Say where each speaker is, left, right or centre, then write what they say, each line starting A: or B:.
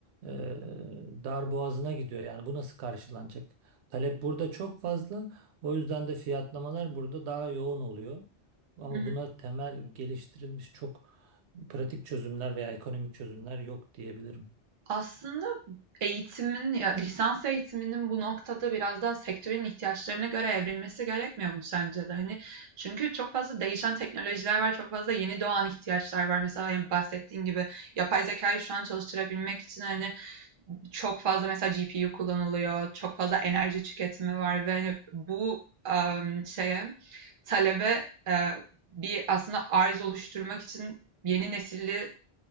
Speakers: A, on the right; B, on the right.
A: e, dar boğazına gidiyor. Yani bu nasıl karşılanacak? Talep burada çok fazla. O yüzden de fiyatlamalar burada daha yoğun oluyor. Ama
B: Hı hı.
A: buna temel geliştirilmiş çok pratik çözümler veya ekonomik çözümler yok diyebilirim.
B: Aslında eğitimin, ya lisans eğitiminin bu noktada biraz daha sektörün ihtiyaçlarına göre evrilmesi gerekmiyor mu sence de? Hani çünkü çok fazla değişen teknolojiler var, çok fazla yeni doğan ihtiyaçlar var. Mesela hani bahsettiğin gibi yapay zekayı şu an çalıştırabilmek için hani çok fazla mesela GPU kullanılıyor, çok fazla enerji tüketimi var ve hani bu em, şeye talebe e, bir aslında arz oluşturmak için yeni nesilli